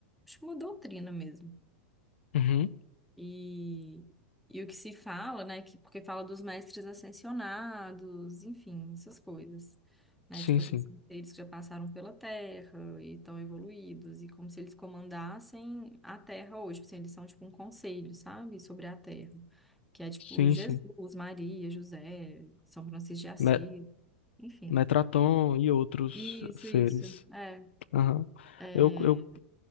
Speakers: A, in the centre; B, on the left.
A: acho que uma doutrina mesmo.
B: Uhum,
A: E, e o que se fala, né? Que, porque fala dos mestres ascensionados, enfim, essas coisas. Né?
B: Sim,
A: Tipo
B: sim.
A: assim, são seres que já passaram pela Terra e estão evoluídos, e como se eles comandassem a Terra hoje. Tipo assim, eles são tipo um conselho, sabe? Sobre a Terra. Que é tipo
B: Sim,
A: Jesus,
B: sim.
A: Maria, José, São Francisco de Assis,
B: Me-
A: enfim.
B: Metraton e outros
A: Isso,
B: seres.
A: isso. É,
B: Aham.
A: é.
B: Eu, eu,